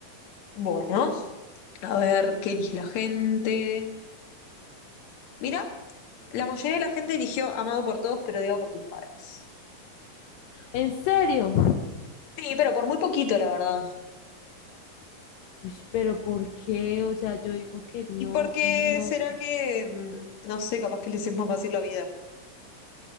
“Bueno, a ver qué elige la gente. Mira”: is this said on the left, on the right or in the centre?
Left